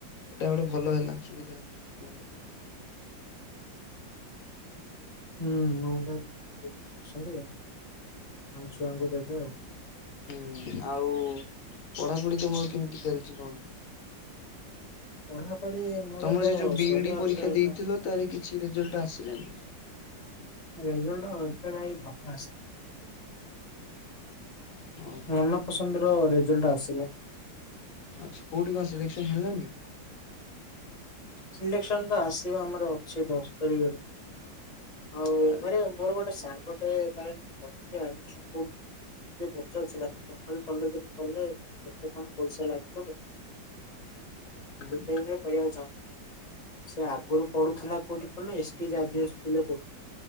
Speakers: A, on the left; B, on the left.
A: ଏଟା ଗୋଟେ ଭଲ ହେଲା ସୁବିଧା ପିଲାଙ୍କ ପାଇଁ।
B: ହୁଁ ଅଣ୍ଡା <unintelligible> ଛୁଆଙ୍କୁ ଦେବେ ଆଉ।
A: ହୁଁ ଆଉ ପଢାପଢି ତମର କେମତି ଚାଲିଚି କଣ?
B: ପଢାପଢି ମୋର
A: ତମର
B: ତ
A: ସେ ଯୋଉ ବିଇଡି
B: ସରିବା
A: ପରୀକ୍ଷା
B: ଉପରେ ହେଲାଣି।
A: ଦେଇଥିଲ ତାର କିଛି ରେଜଲ୍ଟ ଆସିଲାନି।
B: ରେଜଲ୍ଟ ଏତେ ଭାଇ ଭଲ ଆସିନି।
A: ଓହୋ
B: ମନ ପସନ୍ଦର ରେଜଲ୍ଟ ଆସିନି।
A: ଆଚ୍ଛା କୋଉଠି କଣ ସିଲେକ୍ସନ୍ ହେଲାନି?
B: ସିଲେକ୍ସନ ତ ଆସିବ ଆମର ଅଛି ଦଶ ତାରିଖରେ। ଆଉ
A: ତାହେଲେ
B: ମାନୋ ମୋର ଗୋଟେ ସାଙ୍ଗଟେ <unintelligible> ପ୍ଲସ ଥ୍ରୀ ଆଡମିସନ କରୁଚି ଯେ ପଚାରୁଥୁଲା ତମରି କଲେଜରେ କଲେ କେତେ କଣ ପଇସା ଲାଗିବକି <unintelligible>
A: ହୁଁ
B: ଚାହୁଁ। ସେ ଆଗରୁ ପଢୁଥୁଲା କୋଉଠି କହିଲୁ ଏସ୍ ଟି ଜାଭିୟର ସ୍କୁଲରେ ପ